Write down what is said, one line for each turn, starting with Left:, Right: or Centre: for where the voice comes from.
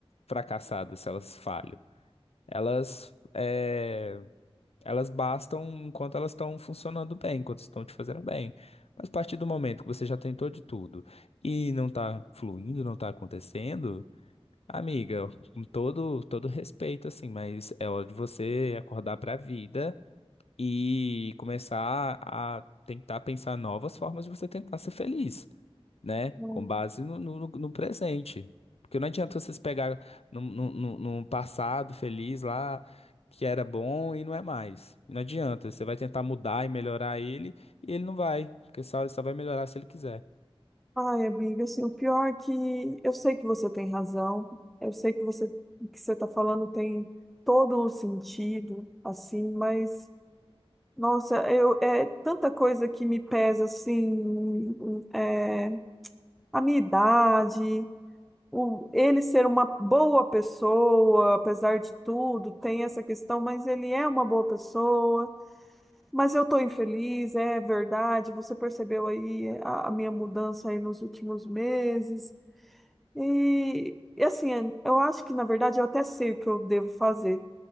Left: fracassadas se elas falham. Elas, é, elas bastam enquanto elas estão funcionando bem, enquanto estão te fazendo bem. Mas a partir do momento que você já tentou de tudo e não tá fluindo, não tá acontecendo, amiga, com todo, todo respeito, assim, mas é hora de você acordar pra vida e começar a tentar pensar novas formas de você tentar ser feliz, né?
Centre: não.
Left: Com base no, no, no- no presente. Porque não adianta vocês pegar num, num, num- num passado feliz lá que era bom e não é mais. Não adianta. Você vai tentar mudar e melhorar ele e ele não vai. Porque só, ele só vai melhorar se ele quiser.
Centre: Ai, amiga, assim, o pior é que eu sei que você tem razão, eu sei que você que você está falando tem todo o sentido, assim, mas nossa, eu é tanta coisa que me pesa assim, é, a minha idade, o, ele ser uma boa pessoa, apesar de tudo, tem essa questão, mas ele é uma boa pessoa. Mas eu estou infeliz, é verdade. Você percebeu aí a, a minha mudança aí nos últimos meses. E, e assim, eu acho que na verdade eu até sei o que eu devo fazer.